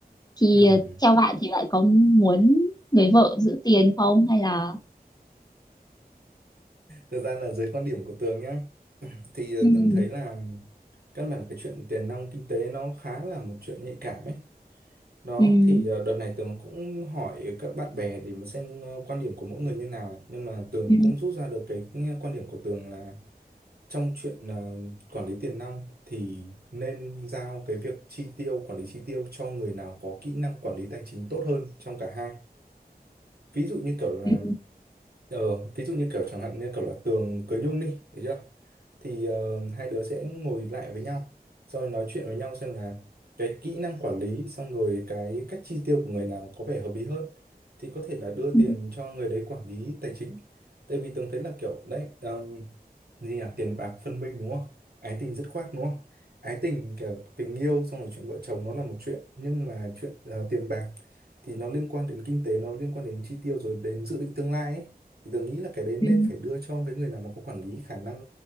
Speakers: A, on the left (about 25°); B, on the right (about 75°).
A: thì
B: ừ
A: ờ, theo bạn thì bạn có muốn người vợ giữ tiền không hay là
B: thực ra là dưới quan điểm của Tường nhá thì ờ,
A: ừ
B: từng thấy là căn bản là cái chuyện tiền nong kinh tế nó khá là một chuyện nhạy cảm ấy đó
A: ừ
B: thì ờ, đợt này Tường cũng hỏi các bạn bè để mà xem ờ, quan điểm của mỗi người như nào nhưng mà Tường
A: ừ
B: cũng rút ra được cái ừ, quan điểm của Tường là trong chuyện ờ, quản lý tiền nong thì nên giao cái việc chi tiêu quản lý chi tiêu cho người nào có kỹ năng quản lý tài chính tốt hơn trong cả hai ví dụ như kiểu là
A: ừ
B: Ờ, ví dụ như kiểu chẳng hạn như kiểu là Tường cưới Nhung đi, thấy chưa? Thì ờ, hai đứa sẽ ngồi lại với nhau, rồi nói chuyện với nhau xem là cái kỹ năng quản lý xong rồi cái cách chi tiêu của người nào có vẻ hợp lý hơn. Thì có thể là đưa
A: ừ
B: tiền cho người đấy quản lý tài chính. Tại vì Tường thấy là kiểu đấy, ờm, gì nhỉ? Tiền bạc phân minh đúng không? Ái tình dứt khoát đúng không? Ái tình kiểu tình yêu xong rồi chuyện vợ chồng nó là một chuyện, nhưng mà chuyện ờ, tiền bạc thì nó liên quan đến kinh tế, nó liên quan đến chi tiêu rồi đến dự định tương lai ấy thì tớ nghĩ là cái đấy nên
A: ừ.
B: phải đưa cho cái người nào mà có quản lý khả năng